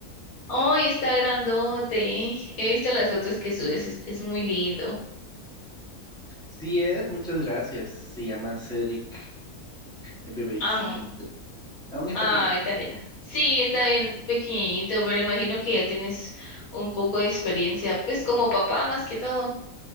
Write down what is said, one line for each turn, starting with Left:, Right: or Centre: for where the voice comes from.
Left: Ay, está grandote. He visto las fotos que subes, es, es muy lindo.
Centre: Sí es, muchas gracias. Se llama Cedric, el bebecito.
Left: Ah,
Centre: Aún está
Left: ay,
Centre: pequeño.
Left: tan linda. Sí, está bien pequeñito, pero imagino que ya tienes un poco de experiencia, pues como papá más que todo.